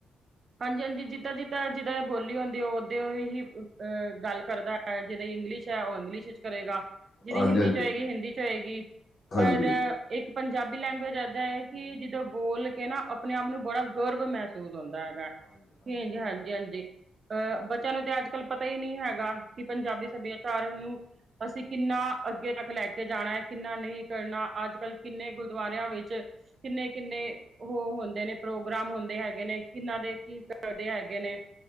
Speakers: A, on the right (about 35°); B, on the left (about 40°).
A: ਹਾਂਜੀ ਹਾਂਜੀ, ਜਿੱਦਾਂ ਜਿੱਦਾਂ ਜਿਹਦਾਂ ਬੋਲੀ ਹੁੰਦੀ ਉਹ ਓਦੇ ਓਹੀ ਅ ਗੱਲ ਕਰਦਾ ਐ, ਜਿਹਦੀ ਇੰਗਲਿਸ਼ ਹੈ ਉਹ ਇੰਗਲਿਸ਼ ਇੱਚ ਕਰੇਗਾ।
B: ਹਾਂਜੀ
A: ਜਿਹਦੀ ਹਿੰਦੀ ਚ ਹੋਏਗੀ ਹਿੰਦੀ ਚ ਹੋਏਗੀ
B: ਹਾਂਜੀ
A: ਪਰ
B: ਹਾਂਜੀ
A: ਇੱਕ ਪੰਜਾਬੀ ਲੈਂਗੁਏਜ ਇੱਦਾਂ ਐ ਕਿ ਜਿੱਦਾਂ ਬੋਲ ਕੇ ਨਾ ਆਪਣੇ ਆਪ ਨੂੰ ਬੜਾ ਗਰਵ ਮਹਿਸੂਸ ਹੁੰਦਾ ਐ। <unintelligible> ਹਾਂਜੀ ਹਾਂਜੀ। ਅਹ ਬੱਚਿਆਂ ਨੂੰ ਤੇ ਅੱਜ-ਕੱਲ੍ਹ ਪਤਾ ਈ ਨਈਂ ਹੈਗਾ ਕਿ ਪੰਜਾਬੀ ਸੱਭਿਆਚਾਰ ਨੂੰ ਅਸੀਂ ਕਿੰਨਾ ਅੱਗੇ ਤੱਕ ਲੈ ਕੇ ਜਾਣਾ ਐ ਕਿੰਨਾ ਨਈਂ ਕਰਨਾ, ਅੱਜ-ਕੱਲ੍ਹ ਕਿੰਨੇ ਗੁਰਦੁਆਰਿਆਂ ਵਿੱਚ ਕਿੰਨੇ-ਕਿੰਨੇ ਉਹ ਹੁੰਦੇ ਨੇ ਪ੍ਰੋਗਰਾਮ ਹੁੰਦੇ ਹੈਗੇ ਨੇ। ਕਿਨਾ ਦੇ ਕੀ ਕਰਦੇ ਹੈਗੇ ਨੇ